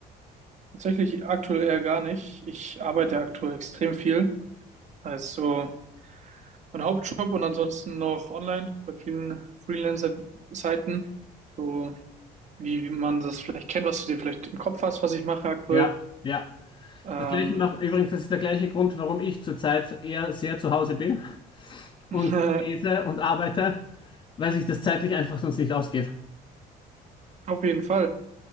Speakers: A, on the right; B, on the left.
A: Tatsächlich aktuell eher gar nicht. Ich arbeite aktuell extrem viel. Also mein Hauptjob und ansonsten noch online bei vielen Freelancer-Seiten. So wie, wie man das vielleicht kennt, was du dir vielleicht im Kopf hast, was ich mache aktuell.
B: Ja, ja.
A: Ähm,
B: Das gleiche macht übrigens, das ist der gleiche Grund, warum ich zurzeit eher sehr zu Hause bin und
A: <laughs>
B: lese und arbeite, weil sich das zeitlich einfach sonst nicht ausgeht.
A: auf jeden Fall.